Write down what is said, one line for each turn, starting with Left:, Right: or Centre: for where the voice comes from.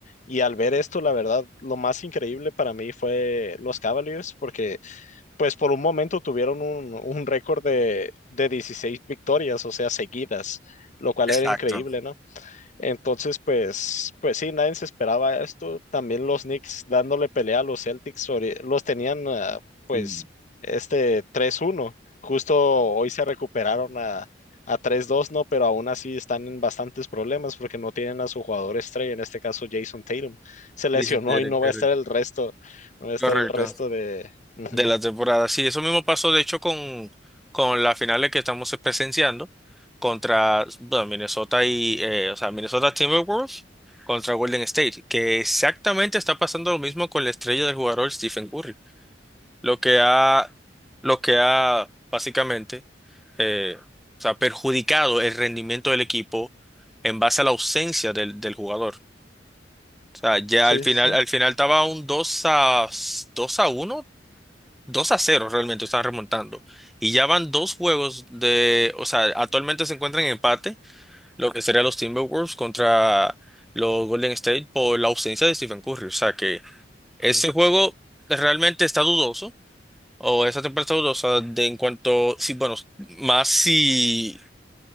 Left: Y al ver esto, la verdad, lo más increíble para mí fue los Cavaliers, porque pues por un momento tuvieron un, un récord de, de 16 victorias, o sea, seguidas, lo cual
Centre: exacto.
Left: era increíble, ¿no? Entonces, pues, pues sí, nadie se esperaba esto. También los Knicks dándole pelea a los Celtics, ori- los tenían, ah, pues,
Centre: Sí.
Left: este tres uno Justo hoy se recuperaron a, a tres dos ¿no? Pero aún así están en bastantes problemas porque no tienen a su jugador estrella, en este caso Jason Tatum. Se lesionó
Centre: Sí, sí, te diré,
Left: y no
Centre: correcto.
Left: va a estar el resto, no va a estar
Centre: Correcto.
Left: el resto de... Ujú.
Centre: De la temporada. Sí, eso mismo pasó, de hecho, con, con las finales que estamos presenciando contra bueno, Minnesota y, eh, o sea, Minnesota Timberwolves contra Golden State, que exactamente está pasando lo mismo con la estrella del jugador Stephen Curry. lo que ha, lo que ha básicamente eh, o sea, perjudicado el rendimiento del equipo en base a la ausencia del, del jugador. O sea, ya
Left: Sí,
Centre: al final,
Left: sí, sí.
Centre: al final estaba un dos a, 2 a uno 2 a cero realmente, están remontando. Y ya van dos juegos de, o sea, actualmente se encuentran en empate, lo que serían los Timberwolves contra los Golden State por la ausencia de Stephen Curry. O sea que ese
Left: Mm.
Centre: juego realmente está dudoso o esa temperatura, o sea, de en cuanto, sí, bueno, más si,